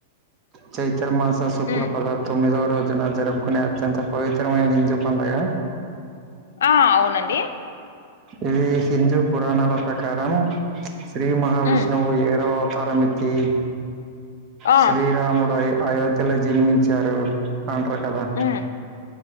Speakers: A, on the right (about 35°); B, on the left (about 75°).
A: చైత్ర మాస శుక్ల
B: ఉమ్,
A: పదార్థ తొమ్మిదవ రోజున జరుపుకునే అత్యంత పవిత్రమైన హిందూ పండగ
B: ఆ అవునండి
A: ఇది హిందూ పురాణాల ప్రకారం శ్రీ మహావిష్ణువు
B: ఉమ్,
A: ఏడవ అవతారమెత్తి
B: ఆ
A: శ్రీరాముడై అయోధ్యలో జన్మించారు అంటారు కదా
B: ఉమ్,